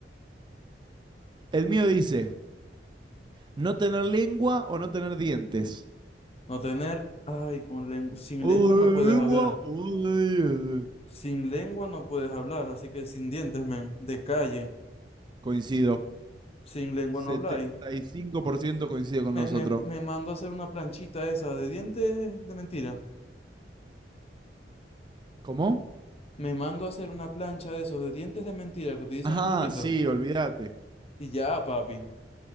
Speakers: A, on the right (about 25°); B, on the left (about 35°).
A: El mío dice, no tener lengua o no tener dientes.
B: No tener, ay, con lengua, sin
A: O
B: lengua
A: de
B: no puedes
A: lengua
B: hablar.
A: o de diez.
B: Sin lengua no puedes hablar, así que sin dientes, men, de calle.
A: Coincido.
B: Sin lengua
A: 75%
B: no habláis.
A: coincide con
B: Me,
A: nosotros.
B: me, me mando a hacer una planchita esa de dientes de mentira.
A: ¿Cómo?
B: Me mando a hacer una plancha de esos de dientes de mentira que utilizan
A: Ajá,
B: los viejitos.
A: sí, olvídate.
B: Y ya, papi.